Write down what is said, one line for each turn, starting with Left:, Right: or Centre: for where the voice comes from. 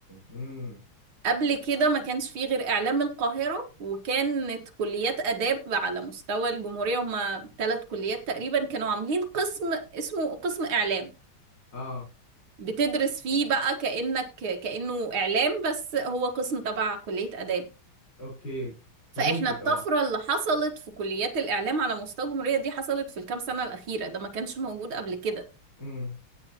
Left: امم
Right: قبل كده ما كانش في غير اعلام القاهرة وكانت كليات اداب على مستوى الجمهورية هما ثلاث كليات تقريبا كانوا عاملين قسم اسمه قسم اعلام
Left: اه
Right: بتدرس فيه بقى كأنك كأنه إعلام بس هو قسم تبع كلية آداب
Left: اوكي فهمتك
Right: فإحنا الطفرة
Left: اه
Right: اللي حصلت في كليات الإعلام على مستوى الجمهورية دي حصلت في الكام سنة الأخيرة ده ما كانش موجود قبل كده
Left: امم